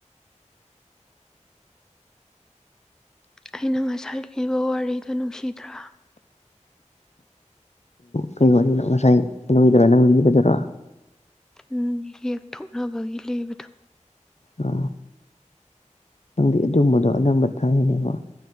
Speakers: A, in the centre; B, on the left.
A: ꯑꯩꯅ ꯉꯁꯥꯏ ꯂꯤꯕ ꯋꯥꯔꯤꯗꯣ ꯅꯨꯡꯁꯤꯗ꯭ꯔꯥ
B: ꯀꯔꯤ ꯉꯁꯥꯏ ꯀꯩꯅꯣꯒꯤꯗꯣꯏꯔꯥ ꯅꯪ ꯂꯤꯕꯗꯨꯔꯥ
A: ꯎꯝ ꯌꯦꯛꯊꯣꯛꯅꯕꯒꯤ ꯂꯩꯕꯗꯣ
B: ꯑꯥ ꯅꯪꯗꯤ ꯑꯗꯨꯝꯕꯗꯣ ꯑꯅꯝꯕ ꯇꯥꯏꯔꯤꯅꯦꯕꯣ